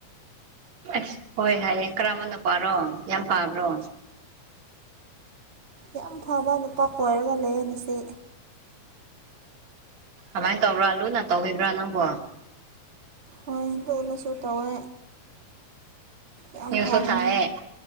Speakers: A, on the right (about 55°); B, on the right (about 35°).
A: ꯑꯁ ꯍꯣꯏ ꯍꯥꯏꯌꯦ ꯀꯔꯝꯕ ꯅꯨꯄꯥꯔꯣ ꯌꯥꯝ ꯐꯕ꯭ꯔꯣ
B: ꯌꯥꯝ ꯐꯕꯥ ꯅꯨꯄꯥ ꯀꯣꯏꯔꯒ ꯂꯩꯌꯦ ꯅꯆꯦ
A: ꯀꯃꯥꯏ ꯇꯧꯕ꯭ꯔꯥ ꯂꯨꯅꯥ ꯇꯧꯕꯤꯕ꯭ꯔꯥ ꯅꯪꯕꯣ
B: ꯍꯣꯏ ꯂꯨꯅꯁꯨ ꯇꯧꯋꯦ ꯌꯥꯝ
A: ꯅ꯭ꯌꯨꯁꯁꯨ
B: ꯐꯕꯅꯦ
A: ꯊꯥꯏꯌꯦ